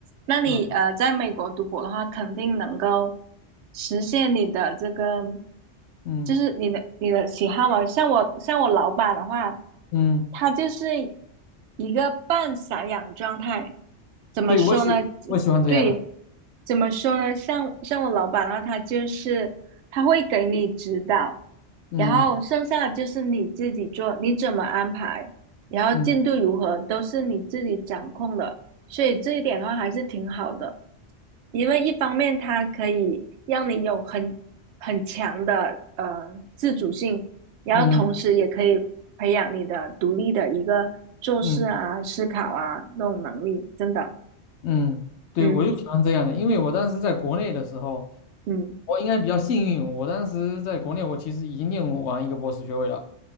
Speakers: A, on the right (about 80°); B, on the left (about 85°).
A: 那你呃在美国读博的话，
B: 嗯
A: 肯定能够实现你的这个，
B: 嗯
A: 就是你的你的喜好嘛。像我像我老板的话，
B: 嗯，
A: 他就是一个半散养状态。怎么说呢？
B: 对，我喜我喜欢这样的，
A: 对，怎么说呢？像像我老板的话，他就是他会给你指导，
B: 嗯
A: 然后剩下的就是你自己做，你怎么安排，然后进度如何都是你自己掌控的，
B: 嗯
A: 所以这一点的话还是挺好的，因为一方面它可以让你有很很强的呃自主性，然后同时也可以培养你的独立的一个做事啊、
B: 嗯嗯
A: 思考啊那种能力，真的。
B: 嗯，对，
A: 嗯
B: 我就喜欢这样的，因为我当时在国内的时候，
A: 嗯
B: 我应该比较幸运，我当时在国内我其实已经念完一个博士学位了，